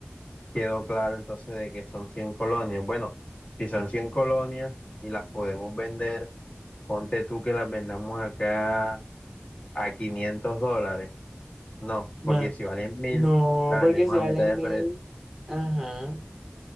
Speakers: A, on the left; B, in the centre.
A: quedó claro entonces de que son 100 colonias. Bueno, si son 100 colonias y las podemos vender, ponte tú que las vendamos acá a 500 dólares. No,
B: Más.
A: porque si valen 1000
B: No,
A: las
B: porque
A: vendemos
B: si
A: a
B: vale
A: mitad
B: mil,
A: de precio.
B: ajá,